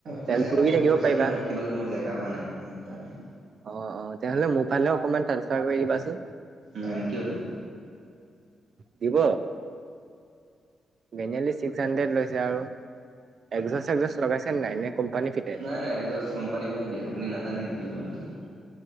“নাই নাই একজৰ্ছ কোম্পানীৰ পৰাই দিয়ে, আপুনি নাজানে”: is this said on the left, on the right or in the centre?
Right